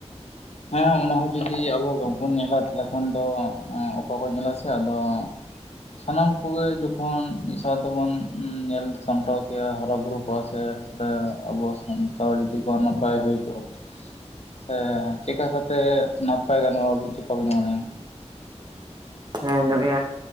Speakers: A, on the left (about 65°); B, on the right (about 40°).
A: ᱦᱮᱸ ᱚᱱᱟ ᱦᱚᱸ ᱡᱩᱫᱤ ᱟᱵᱚ ᱵᱟᱝ ᱵᱚᱱ ᱧᱮᱞᱟ ᱛᱟᱦᱞᱮ᱾ ᱠᱷᱟᱱ ᱫᱚ ᱚᱠᱚᱭ ᱠᱚ ᱧᱮᱞᱟ ᱥᱮ ᱟᱫᱚ ᱥᱟᱱᱟᱢ ᱠᱚᱜᱮ ᱡᱚᱠᱷᱚᱱ ᱢᱤᱫ ᱥᱟᱶ ᱛᱮᱵᱚᱱ ᱧᱮᱞ ᱥᱟᱢᱴᱟᱣ ᱠᱮᱭᱟ ᱦᱟᱨᱟ ᱵᱩᱨᱩ ᱠᱚᱜ-ᱟ ᱥᱮᱼᱼ ᱛᱟᱦᱚᱞᱮ ᱟᱵᱚ ᱥᱟᱱᱛᱟᱲ ᱡᱩᱫᱤ ᱠᱚ ᱱᱟᱯᱟᱭ ᱦᱩᱭ ᱠᱚᱜᱼᱟ᱾
B: <inaudible>
A: ᱥᱮ ᱪᱮᱠᱟ ᱠᱟᱛᱮ ᱱᱟᱯᱟᱭ ᱜᱟᱱᱚᱜᱼᱟ ᱟᱵᱤᱱ ᱪᱮᱠᱟ ᱵᱤᱱ ᱢᱚᱱᱮᱭᱟ᱾
B: ᱦᱮᱸ ᱱᱚᱜᱚᱭ